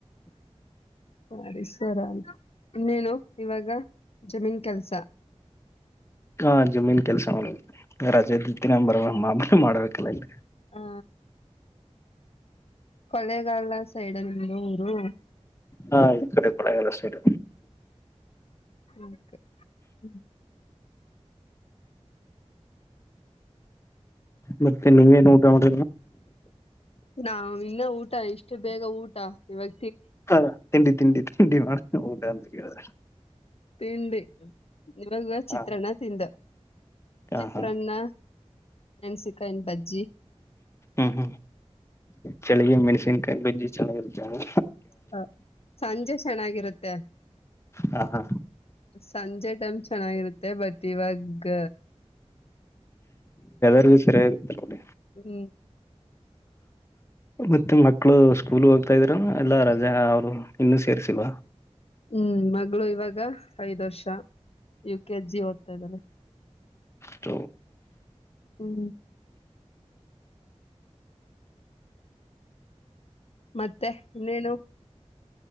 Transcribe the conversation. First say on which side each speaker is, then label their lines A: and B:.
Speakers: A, on the left; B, on the left.
A: ಸರಿ ಸರಿ ಆಯ್ತು ಇನ್ನೇನು ಇವಾಗ ಜಮೀನ್ ಕೆಲ್ಸ
B: ಹಾ ಜಮೀನ್ ಕೆಲ್ಸ ಮಾಡ ರಜೆ ಇದತಿನ ಬರ ಮಾಮ ಮಾಡ್ಬೇಕಲ್ಲಾ ಇಲ್ಲಿ
A: ಆ ಕೊಲೆೆಗಾಲ ಸೈಡ್ಲ್ಲಿರುವ ಊರು
B: ಹ ಈ ಕಡೆ ಕೊಡಗಲ್ಲ ಸೈಡ್
A: ಹಕೆ ಹ್ಮ
B: ಮತ್ತೆ ನೀವೇನ್ ಊಟ ಮಾಡ
A: ನಾವ ಇನ್ನ ಊಟ ಇಷ್ಟು ಬೇಗ ಊಟ ಇವಾಗ
B: ಹೌ ತಿಂಡಿ ತಿಂಡಿ ತಿಂಡಿ ಮಾಡ ಊಟ ಅಂತ ಕೇಳಿದ
A: ತಿಂಡ ಇವಾಗ ಚಿತ್ರಣ
B: ಹ
A: ತಿಂದ
B: ಹ
A: ಚಿತ್ರಾನ್ನ
B: ಹಾ
A: ನೆನ್ಸಿಕ ಇನ್ ಬಜ್ಜಿ
B: ಹ್ಮ್ ಹ್ಮ್ ಚಳ ತನ್ಕಿ ಬಜಿ ಚೆನ್ನಾಗಿರುತ್ತೆದು
A: ಹ ಸಂಜೆ ಚೆನ್ನಾಗಿರುತ್ತೆ
B: ಹಾ ಹಾ
A: ಸಂಜೆ ಟೈಮ್ ಚೆನ್ನಾಗಿರುತ್ತೆ ಬಟ್ ಇವಾಗ
B: ಸ ಸರಿರಾಗತರಕೊಂಡ
A: ಹ್ಮ್
B: ಮತ್ತೆ ಮಕ್ಕಳು ಸ್ಕೂಲ್ ಹೋಗ್ತಾ ಇದ್ರ ಎಲ್ಲ ರಜಾ ಅವರು ಇನ್ನುೂ ಸೇರ್ಸಲ್ಿವ
A: ಹ್ಮ್ ಮಗಳು ಇವಾಗ ಐದ್ ವರ್ಷ ಯು ಕೆ ಎಚ್ ಜಿ ಓದ್ತಾ ಇದಾರೆ
B: ತ
A: ಹ್ಮ್ ಮತ್ತೆ ಇನ್ನೇನು